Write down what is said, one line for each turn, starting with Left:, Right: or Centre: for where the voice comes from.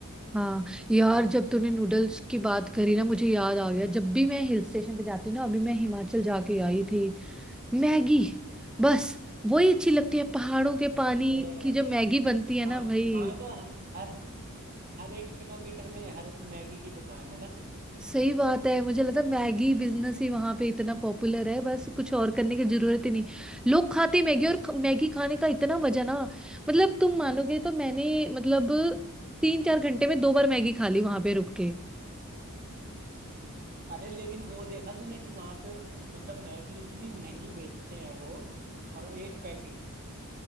Centre: हाँ यार जब तूने नूडल्स की बात करी ना मुझे याद आ गया जब भी मैं हिल स्टेशन पे जाती हूँ ना अभी मैं हिमाचल जाके आई थी मैगी बस वही अच्छी लगती है पहाड़ों के पानी
Right: ए,
Centre: की जो मैगी बनती है
Right: वहाँ
Centre: ना भाई
Right: वहाँ तो हर हर एक किलोमीटर में हर मैगी की दुकान है ना
Centre: सही बात है मुझे लगता है मैगी बिजनेस ही वहां पे इतना पॉपुलर है बस कुछ और करने की जरूरत ही नहीं लोग खाते मैगी और ख- मैगी खाने का इतना मजा ना मतलब तुम मानोगे तो मैंने मतलब तीन चार घंटे में दो बार मैगी खा ली वहां पे रुक के
Right: अरे लेकिन वो देखा तूने कि वहां पे मतलब मैगी इतनी महंगी बेचते हैं वो और एक पैकेट